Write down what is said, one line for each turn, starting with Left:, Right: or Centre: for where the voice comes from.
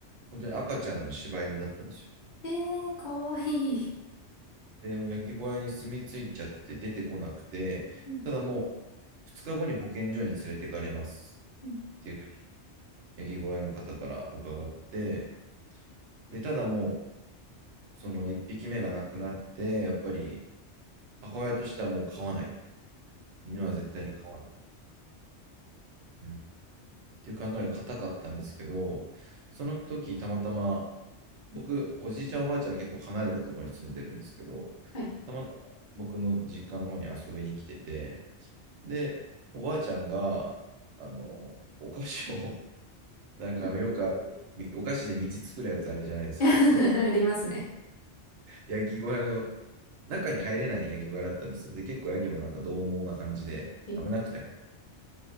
Right: 本当に赤ちゃんの柴犬だったんですよ。
Left: えー、かわいい。
Right: で、ヤギ小屋に住み着いちゃってて出てこなくて、
Left: うん
Right: ただもう2日後に保健所に連れてかれます
Left: うん
Right: っていうふうに、ヤギ小屋の方から伺って、で、ただもう、その1匹目が亡くなって、やっぱり母親としてはもう飼わない。犬は絶対に飼わない。
Left: うん
Right: うん、っていう考えが固かったんですけど、その時たまたま僕、おじいちゃん、おばあちゃん結構離れたところに住んでるんですけど、
Left: はい。
Right: たまたま僕の実家の方に遊びに来てて、で、おばあちゃんが、あの、お菓子を、<laughs> だからよくある、
Left: うん
Right: みお菓子で道作るやつあるじゃないですか。
Left: <laughs> ありますね。
Right: ヤギ小屋の、中に入れないヤギ小屋だったんですよ。で、結構ヤギもなんか獰猛な感じで、
Left: えー、
Right: 危なくて入る